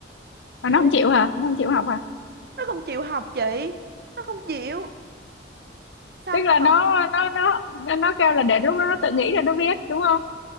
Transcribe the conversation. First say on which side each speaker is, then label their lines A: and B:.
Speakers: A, on the right; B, on the left.
A: thế
B: à, nó không chịu
A: là
B: hả nó không chịu học hả
A: nó không chịu học chị nó không chịu xong
B: tức là
A: nó còn
B: nó nó nó nó nó kêu là để lúc đó nó tự nghĩ rồi nó viết đúng không